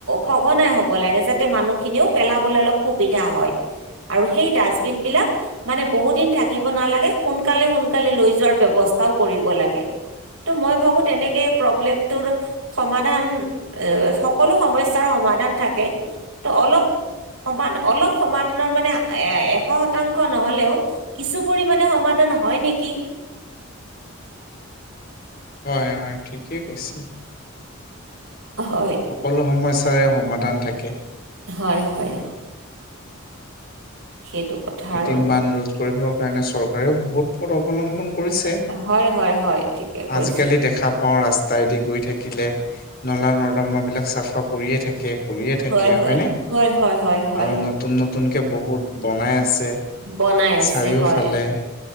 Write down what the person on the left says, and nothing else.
হয় হয়, ঠিকেই কৈছে।
সকলো সমস্যাৰে সমাধান থাকে।
কৃত্ৰিম
বান ৰোধ কৰিবৰ কাৰণে চৰকাৰেও বহুত পথ অৱলম্বন- কৰিছে।
আজিকালি দেখা পাওঁ ৰাস্ত- তাইদি গৈ থাকিলে নলা-নৰ্দমা বিলাক চাফা কৰিয়েই থাক- কে কৰিয়ে থাকে
হয়নে?
আৰু নতুন নতুনকে বহুত বনাই আছে।
চাৰিওফালে।